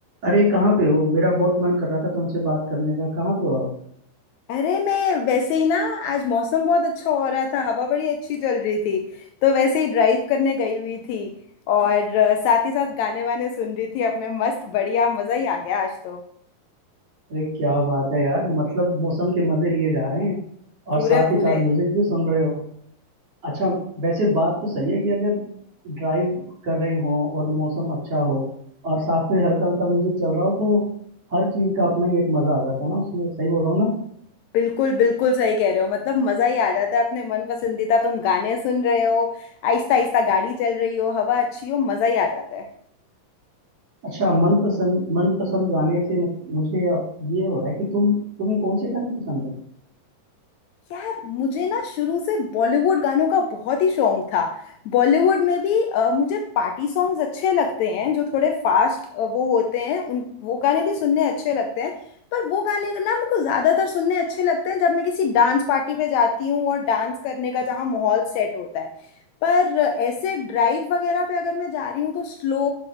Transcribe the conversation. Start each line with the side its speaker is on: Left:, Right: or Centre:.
Right: अरे कहाँ पे हो मेरा बहुत मन कर रहा था तुमसे बात करने का कहाँ पे हो आप
Left: अरे मैं वैसे ही ना आज मौसम बहुत अच्छा हो रहा था हवा बड़ी अच्छी चल रही थी तो वैसे ही ड्राइव करने गई हुई थी और अ, साथ ही साथ गाने वाने सुन रही थी अपने मस्त बढ़िया मजा ही आ गया आज तो
Right: अरे क्या बात है यार मतलब मौसम के मजे लिए जा रहे हैं
Left: पूरे
Right: और साथ
Left: पूरे
Right: ही साथ म्यूजिक भी सुन रहे हो अच्छा वैसे बात तो सही है कि अगर ड्राइव कर रहे हो और मौसम अच्छा हो और साथ में हल्का हल्का म्यूजिक चल रहा हो तो हर चीज का अपना ही एक मजा आ जाता है ना उसमें सही बोल रहा हूँ ना
Left: बिल्कुल बिल्कुल सही कह रहे हो मतलब मजा ही आ जाता है अपने मन पसंदीदा तुम गाने सुन रहे हो आहिस्ता आहिस्ता गाड़ी चल रही हो हवा अच्छी हो मजा ही आ जाता है
Right: अच्छा मनपसंद मनपसंद गाने से मत- मुझे अब ये हो रहा है कि तुम तुम्हें कौन से गाने पसंद है
Left: यार मुझे ना शुरू से बॉलीवुड गानों का बहुत ही शौक था बॉलीवुड में भी अ, मुझे पार्टी सॉन्ग्स अच्छे लगते हैं जो थोड़े फास्ट वो होते हैं उन वो गाने भी सुनने अच्छे लगते हैं पर वो गाने ना मेरे को ज़्यादातर सुनने अच्छे लगते हैं जब मैं किसी डांस पार्टी पे जाती हूँ और डांस करने का जहाँ माहौल सेट होता है पर ऐसे ड्राइव वगैरह पे अगर मैं जा रही हूँ तो स्लो